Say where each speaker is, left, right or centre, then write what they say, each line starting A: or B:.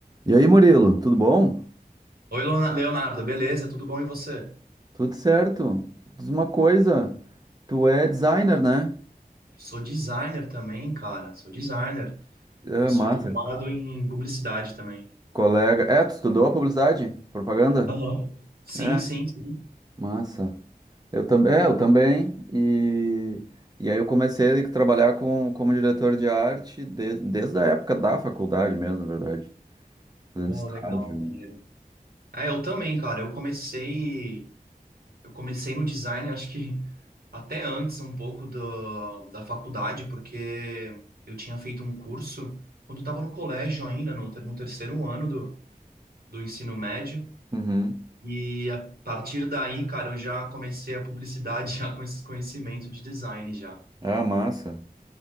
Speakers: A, on the right (about 25°); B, on the right (about 80°).
A: E aí, Murilo, tudo bom?
B: Oi, Leona- Leonardo, beleza? Tudo bom e você?
A: Tudo certo? Diz uma coisa, tu é designer, né?
B: Sou designer também, cara. Sou designer.
A: É,
B: Eu sou
A: massa.
B: formado em publicidade também.
A: Colega. É, tu estudou a publicidade? Propaganda?
B: Aham. Sim,
A: É.
B: sim, sim.
A: Massa. Eu também, é, eu também. E, e aí eu comecei a trabalhar com, como diretor de arte de- desde a época da faculdade mesmo, na verdade. Fazendo
B: Pô,
A: estágio.
B: legal, maneiro. É, eu também, cara. Eu comecei, eu comecei no design, acho que até antes um pouco da da faculdade, porque eu tinha feito um curso quando eu estava no colégio ainda, no, ter- no terceiro ano do, do ensino médio.
A: Uhum.
B: E a partir daí, cara, eu já comecei a publicidade <laughs> já com esses conhecimentos de design já.
A: Ah, massa.